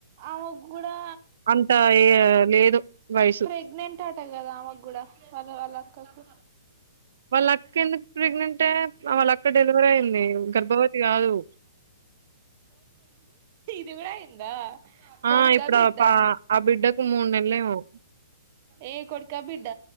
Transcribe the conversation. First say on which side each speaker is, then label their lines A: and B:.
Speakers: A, on the right; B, on the right.
A: ఆమెకు కూడా
B: అంత లేదు వయసు.
A: ప్రెగ్నెంట్ ఆటగా కదా, ఆమె కూడా వాళ్ల వాళ్ల అక్కకు.
B: వాళ్ల అక్క ఎందుకు ప్రెగ్నెంట్ అయి వాళ్ల అక్క డెలివ ఎప్పుడు అయింది గర్భవతి కాదు
A: దిగుడు అయిందా కొడుకా
B: ఆ ఇప్పుడు
A: బిడ్డ
B: ఆ పా ఆ బిడ్డకు మూడు నెలలు ఏమో
A: ఏయ్ కొడుకా బిడ్డ